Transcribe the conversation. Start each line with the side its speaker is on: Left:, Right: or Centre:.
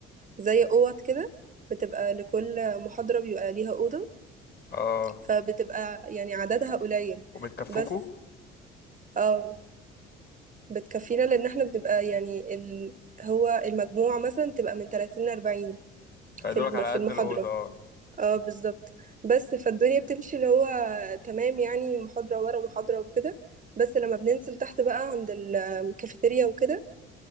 Right: زي اوض كده بتبقى لكل محاضرة بيبقى ليها أوضة
Left: اه
Right: فبتبقى يعني عددها قليل
Left: وبتكفوكوا
Right: بس اه بتكفينا لأن احنا بنبقى يعني ال... هو المجموع مثلا تبقى من 30 ل 40
Left: فيدوبك
Right: في الم-
Left: على
Right: في
Left: قد
Right: المحاضرة
Left: الأوضة اه
Right: اه بالظبط بس فالدنيا بتمشي اللي هو تمام يعني محاضرة ورا محاضرة وكده بس لما بننزل تحت بقى عند الكافيتيريا وكده